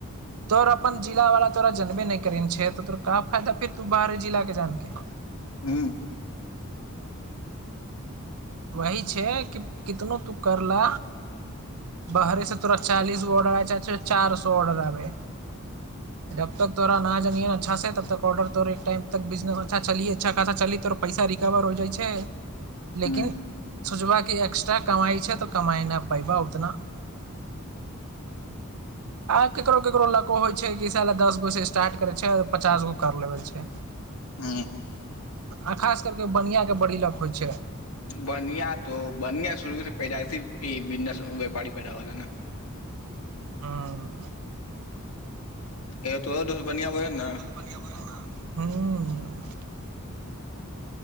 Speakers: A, on the right; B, on the left.
A: तोर अपन जिला वाला तोरा जनबे नहि करछै तोरा क फायदा फेर त बाहर जिला के जानके
B: हू
A: वही छै कि कितनो तू कर ल बाहरे से तोरा चालीस गो ऑर्डर आ जाय छै चार सो ऑर्डर आबे जब तक तोरा न जानिये अच्छा से तब तक ऑर्र तोर टाइट बिजनेस अछा चल अच्छा खासा चल तो पैसा रिकवर हो जाइ छै लेकिन
B: हूँ
A: सोचबा कि एक्स्ट्रा कमाई छै तऽ कमाइ नहि पैबा उतना आब केकरो केकरो लको होइ छै कि स दस गो साला स्टार्ट करै छै आ पचास गो कर लेबे छै
B: हँ
A: आ खास करकेऽ बनिआँके बड़ी लक होइ छै
B: बनिया तो बनिया शुरू के पैदाइसी बिजनेस व्यापारी पैदावला ने
A: हँ
B: ए तो दुस बनिया बो ने
A: हँ <unintelligible>